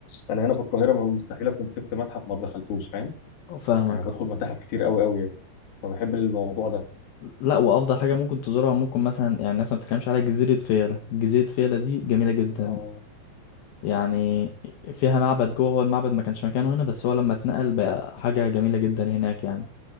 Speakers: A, on the left; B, on the left.
A: انا هنا في القاهره ما مستحيل اكون سبت متحف ما دخلتوش فاهم
B: وفاهمك
A: يعني بدخل متاحف كتير قوي قوي يعني فبحب الموضوع ده
B: لا وافضل حاجه ممكن تزورها ممكن مثلا يعني الناس ما بتتكلمش عليها جزيره فيلة جزيره فيلة دي جميله جدا
A: اه
B: يعني فيها معبد جوه هو المعبد ما كانش مكانه هنا بس هو لما اتنقل بقى حاجه جميله جدا هناك يعني